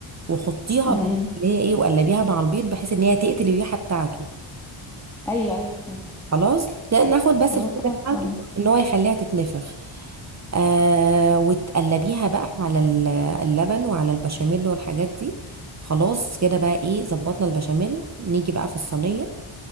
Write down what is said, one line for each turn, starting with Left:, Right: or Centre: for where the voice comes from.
Right: وحطيها
Centre: امم،
Right: بس
Centre: امم.
Right: اللي هي ايه وقلبيها مع البيض بحيث ان هي تقتل الريحه بتاعته
Centre: ايوه ايوه فهمت
Right: خلاص ده ناخد بس
Centre: وادخلها
Right: الفكره بتاعته
Centre: الفرن
Right: ان هو يخليها تتنفخ آه وتقلبيها بقى على ال- اللبن وعلى البشاميل والحاجات دي خلاص كده بقى ايه ظبطنا البشاميل نيجي بقى في الصينيه